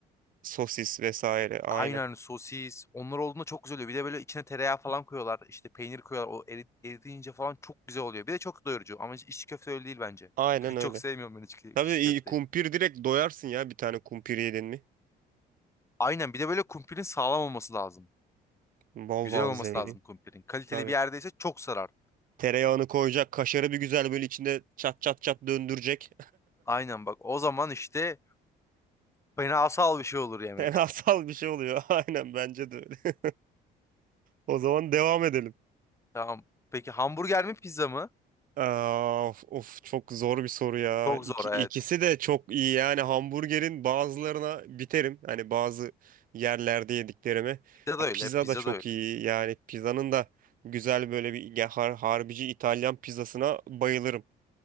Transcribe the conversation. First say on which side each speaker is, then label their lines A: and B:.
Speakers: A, on the right; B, on the left.
A: Sosis vesaire. Aynen.
B: aynen sosis. Onlar olduğunda çok güzel oluyor. Bir de böyle içine tereyağı falan koyuyorlar. İşte peynir koyuyorlar. O eri- eriyince falan çok güzel oluyor. Bir de çok doyurucu. Ama içli köfte öyle değil bence.
A: Aynen
B: <laughs>
A: öyle.
B: Çok sevmiyorum ben içli,
A: Tabii
B: içli
A: iyi
B: köfteyi.
A: kumpir direkt doyarsın ya bir tane kumpir yedin mi?
B: Aynen bir de böyle kumpirin sağlam olması lazım.
A: Bol
B: Güzel
A: malzemeli.
B: olması lazım kumpirin. Kaliteli
A: Tabii.
B: bir yerdeyse çok sarar.
A: Tereyağını koyacak, kaşarı bir güzel böyle içinde çat çat çat döndürecek.
B: Aynen bak o zaman işte fenasal bir şey olur
A: <laughs>
B: yemek.
A: Fenasal bir şey oluyor. <laughs> Aynen bence de öyle. <laughs> O zaman devam edelim.
B: Tamam. Peki hamburger mi pizza mı?
A: Aa, Of, of çok zor bir soru ya.
B: Çok
A: İki,
B: zor
A: ikisi
B: evet.
A: de çok iyi yani hamburgerin bazılarına biterim. Hani bazı yerlerde yediklerime.
B: Pizza
A: Ya,
B: da öyle,
A: pizza
B: pizza
A: da çok
B: da öyle.
A: iyi yani pizzanın da güzel böyle bir ya, har- harbici İtalyan pizzasına bayılırım.